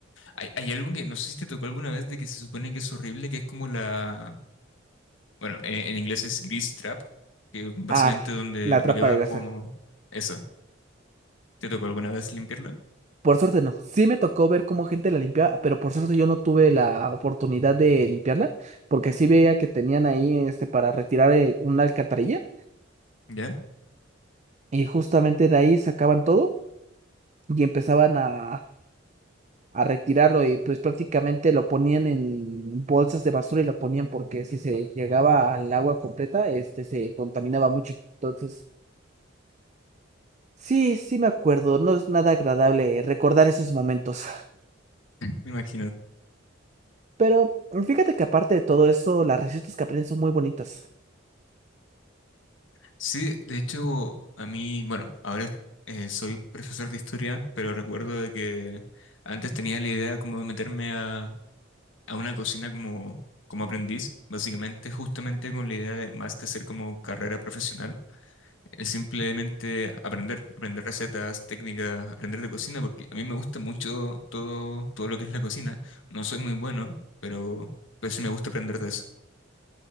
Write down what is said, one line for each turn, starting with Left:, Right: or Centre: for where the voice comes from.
Left: Hay, hay algo que no sé si te tocó alguna vez de que se supone que es horrible, que es como la. Bueno, en, en inglés es grease trap, que básicamente
Right: ah,
Left: donde
Right: la trapa
Left: lo que va
Right: de grasa.
Left: como eso. ¿Te tocó alguna vez limpiarla?
Right: Por suerte no. Sí me tocó ver cómo gente la limpiaba, pero por suerte yo no tuve la oportunidad de limpiarla, porque sí veía que tenían ahí este para retirar eh, una alcantarilla
Left: ¿Ya?
Right: y justamente de ahí sacaban todo y empezaban a, a retirarlo y pues prácticamente lo ponían en bolsas de basura y lo ponían porque si se llegaba al agua completa, este se contaminaba mucho. Entonces, sí, sí me acuerdo, no es nada agradable recordar esos momentos.
Left: Me imagino.
Right: Pero fíjate que aparte de todo eso, las recetas que aprenden son muy bonitas.
Left: Sí, de hecho, a mí, bueno, ahora eh, soy profesor de historia, pero recuerdo de que antes tenía la idea como de meterme a, a una cocina como, como aprendiz, básicamente justamente con la idea de más que hacer como carrera profesional Es simplemente aprender, aprender recetas, técnicas, aprender de cocina, porque a mí me gusta mucho todo, todo lo que es la cocina. No soy muy bueno, pero, pero sí me gusta aprender de eso.